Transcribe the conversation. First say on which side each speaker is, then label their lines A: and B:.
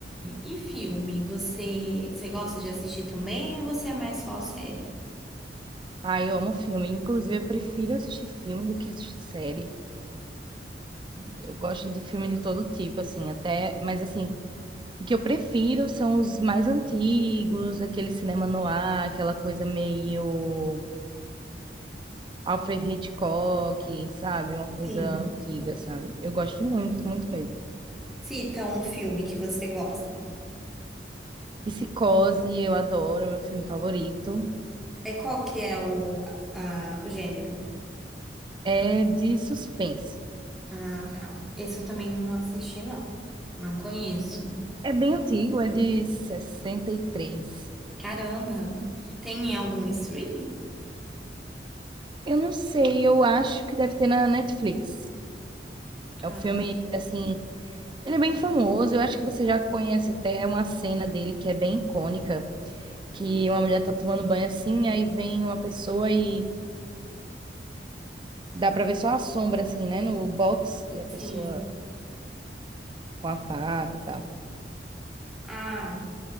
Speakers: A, in the centre; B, on the right.
A: E filme, você, você gosta de assistir também ou você é mais só série?
B: Ah, eu amo filme. Inclusive, eu prefiro assistir filme do que assistir série. Eu gosto de filme de todo tipo, assim, até. Mas assim, o que eu prefiro são os mais antigos, aquele cinema no ar, aquela coisa meio Alfred Hitchcock, sabe? Uma coisa
A: Sim.
B: antiga, sabe? Eu gosto muito, muito mesmo.
A: Cita um filme que você gosta.
B: Psicose, eu adoro, é meu filme favorito.
A: É qual que é o, a, o gênero?
B: É de suspense.
A: Ah, tá. Esse eu também não assisti, não. Não conheço.
B: É bem antigo, é de 63.
A: Caramba. Tem em algum streaming?
B: Eu não sei, eu acho que deve ter na Netflix. É
A: Ah,
B: o filme, assim, ele é bem famoso. Eu acho que você já conhece até uma cena dele que é bem icônica, que uma mulher tá tomando banho assim, aí vem uma pessoa e dá pra ver só a sombra, assim, né, no box, e a pessoa
A: sim.
B: com a faca e tal.
A: Ah,